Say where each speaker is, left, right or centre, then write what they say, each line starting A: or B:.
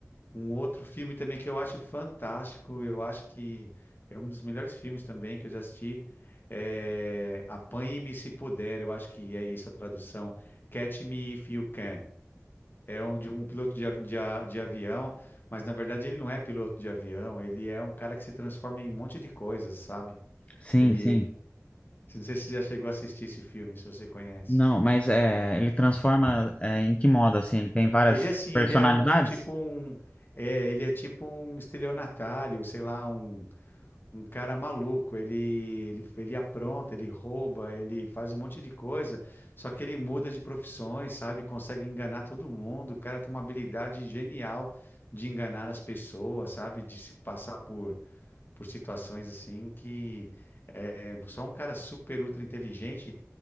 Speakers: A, on the left (about 40°); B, on the left (about 25°).
A: Um outro filme também que eu acho fantástico, eu acho que é um dos melhores filmes também que eu já assisti. É Apanhe-me se puder, eu acho que é isso a tradução. Catch me if you can. É um, de um piloto de, avi- de, a- de avião, mas na verdade ele não é piloto de avião, ele é um cara que se transforma em um monte de coisas, sabe?
B: sim.
A: Ele
B: sim.
A: não sei se você já chegou a assistir esse filme, se você conhece.
B: Não, mas é, ele transforma é, em que modo, assim? Ele tem várias
A: Ele é assim,
B: personalidades?
A: ele é um tipo um, é, ele é tipo um estelionatário, sei lá, um, um cara maluco. Ele, ele, ele apronta, ele rouba, ele faz um monte de coisa. Só que ele muda de profissões, sabe? Consegue enganar todo mundo. O cara tem uma habilidade genial de enganar as pessoas, sabe? De se passar por, por situações assim que é só um cara super ultra inteligente